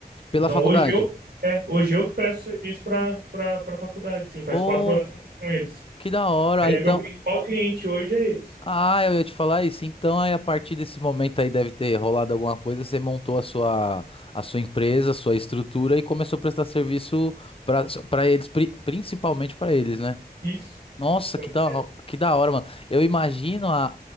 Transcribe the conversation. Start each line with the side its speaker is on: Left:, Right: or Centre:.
Left: Pela
Right: Então
Left: faculdade.
Right: hoje eu, é, hoje eu que presto serviço para para para a faculdade. Sim, faz
Left: Oh,
Right: quatro anos que eu tô com eles.
Left: que da hora.
Right: Aí é
Left: Então,
Right: meu principal cliente hoje é eles.
Left: ah, eu ia te falar isso. Então, aí, a partir desse momento aí deve ter rolado alguma coisa. Você montou a sua, a sua empresa, a sua estrutura e começou a prestar serviço para para eles, pri- principalmente para eles, né?
Right: Isso.
Left: Nossa,
Right: Comecei.
Left: que da, ho- que da hora, mano. Eu imagino a,